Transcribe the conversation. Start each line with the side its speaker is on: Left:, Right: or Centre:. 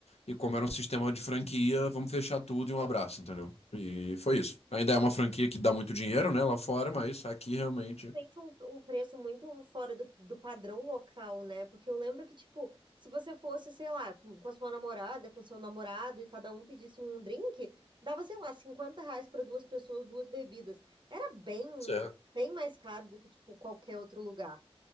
Left: E como era um sistema de franquia, vamos fechar tudo e um abraço, entendeu? E foi isso. Ainda é uma franquia que dá muito dinheiro, né, lá fora, mas aqui realmente.
Right: Realmente Um, um preço muito fora do, do padrão local, né? Porque eu lembro que, tipo, se você fosse, sei lá, com, com a sua namorada, com seu namorado, e cada um pedisse um drink, dava, sei lá, 50 reais para duas pessoas, duas bebidas. Era bem,
Left: Certo.
Right: bem mais caro do que, tipo, qualquer outro lugar.